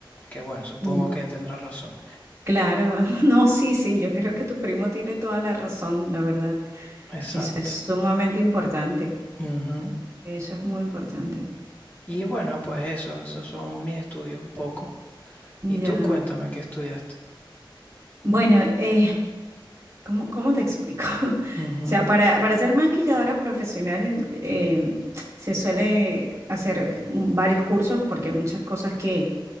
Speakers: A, on the left; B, on the right.
A: Que bueno, supongo
B: Mm,
A: que tendrá razón.
B: Claro, <laughs> no, sí, sí, yo creo que tu primo tiene toda la razón, la verdad.
A: Exacto.
B: Eso es sumamente importante.
A: Ujú.
B: Eso es muy importante.
A: Y bueno, pues eso, esos son mis estudios un poco.
B: Ya.
A: Y tú cuéntame qué estudiaste.
B: Bueno, eh, ¿cómo, cómo te explico? <laughs>
A: Ujú.
B: O sea, para, para ser maquilladora profesional eh, se suele hacer varios cursos porque hay muchas cosas que,